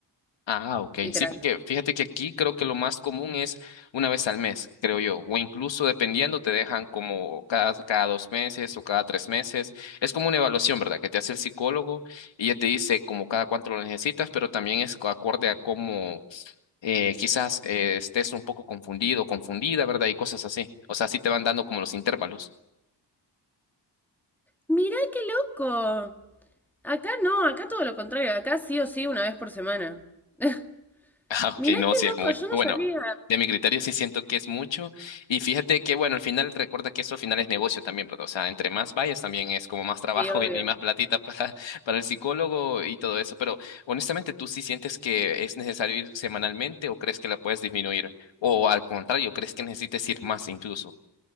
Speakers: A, on the left; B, in the centre.
A: Ah, ok,
B: literal.
A: sí, porque fíjate que aquí creo que lo más común es una vez al mes, creo yo, o incluso dependiendo te dejan como cada, cada dos meses o cada tres meses. Es como una evaluación, ¿verdad? Que te hace el psicólogo y ya te dice como cada cuánto lo necesitas, pero también es acorde a cómo eh, quizás eh, estés un poco confundido, confundida, ¿verdad? Y cosas así. O sea, sí te van dando como los intervalos. <laughs>
B: Mirá qué loco. Acá no, acá todo lo contrario, acá sí o sí una vez por semana. <laughs>
A: Ah,
B: Mirá
A: ok, no,
B: qué
A: sí es
B: loco,
A: muy
B: yo no
A: Bueno,
B: sabía.
A: de mi criterio sí siento que es mucho. Y fíjate que, bueno, al final recuerda que eso al final es negocio también, ¿verdad? O sea, entre más vayas también es como más trabajo
B: Sí, obvio.
A: <laughs> y, y más platita para, para el psicólogo y todo eso. Pero honestamente, ¿tú sí sientes que es necesario ir semanalmente o crees que la puedes disminuir? O al contrario, ¿crees que necesites ir más incluso?